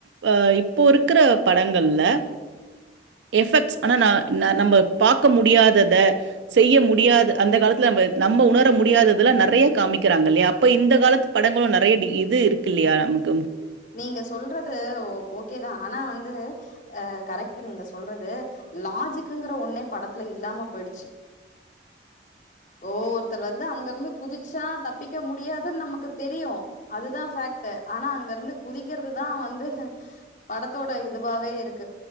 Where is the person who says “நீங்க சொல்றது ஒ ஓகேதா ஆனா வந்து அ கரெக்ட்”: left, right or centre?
Left